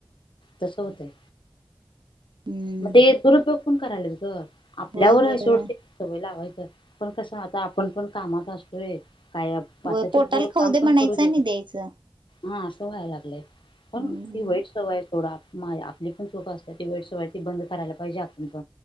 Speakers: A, on the left; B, on the right.
A: तस होतंय
B: हम्म
A: मग ते दुरुपयोग पण करायलेत ग आपल्यावर
B: होय होय
A: आहे सोडते सवय लावायचं पण कसं आता आपण पण कामात असतोय. काय आताची
B: व पोटाल
A: पोरं
B: खाऊ
A: काम
B: दे
A: पण
B: म्हणायच
A: करू देत
B: आणि द्यायचं
A: हा असं व्हायला लागलेय पण
B: हम्म
A: ती वाईट सवय थोडा आपली पण चुक असतात ती वेळ सवाय ती बंद करायला पाहिजे आपण पण